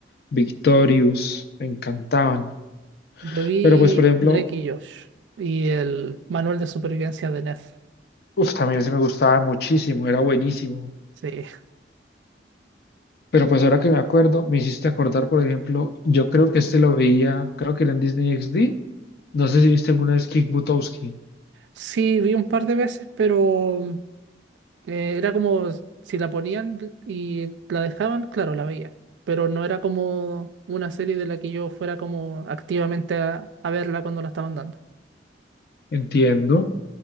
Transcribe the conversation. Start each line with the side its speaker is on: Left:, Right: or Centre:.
Left: Victorious, me encantaban.
Right: Yo vi
Left: Pero pues, por ejemplo,
Right: Drake y Josh y el Manual de Supervivencia de Ned.
Left: uf, también ese me gustaba muchísimo, era buenísimo.
Right: Sí.
Left: Pero pues ahora que me acuerdo, me hiciste acordar, por ejemplo, yo creo que este lo veía, creo que era en Disney XD. No sé si viste alguna vez Kick Buttowski.
Right: Sí, vi un par de veces, pero Eh, era como si la ponían y la dejaban, claro, la veía. Pero no era como una serie de la que yo fuera como activamente a, a verla cuando la estaban dando.
Left: Entiendo.